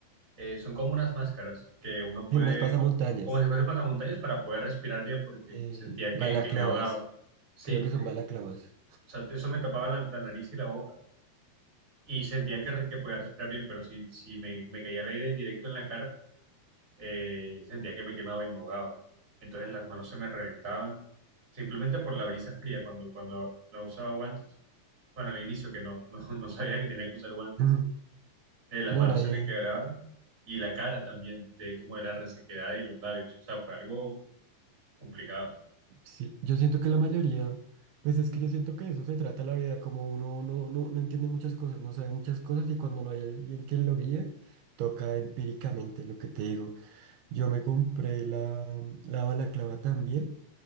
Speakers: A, on the right; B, on the right.
A: eh, son como unas máscaras que uno puede,
B: Y unas pasamontañas,
A: como, como si fuese pasamontañas para poder respirar bien porque
B: eh,
A: sentía
B: balaclavas,
A: que, que me ahogaba. Sí,
B: creo que son
A: eh,
B: balaclavas.
A: o sea, eso me tapaba la, la nariz y la boca y sentía que, re- que podía respirar bien, pero si, si me, me caía el aire directo en la cara, eh, sentía que me quemaba y me ahogaba. Entonces las manos se me reventaban simplemente por la brisa fría cuando, cuando no usaba guantes. Bueno, al inicio que no, no, <laughs> no sabía que tenía que usar guantes
B: <laughs> Ujú.
A: eh, las
B: No,
A: manos
B: nadie,
A: se me quebraban y la cara también, de como de la resequedad y los labios. O sea, fue algo complicado.
B: sí, yo siento que la mayoría, pues es que yo siento que de eso se trata la vida, como uno no, no, no entiende muchas cosas, no sabe muchas cosas y cuando no hay alguien que lo guíe, toca empíricamente lo que te digo. Yo me compré la, la balaclava también.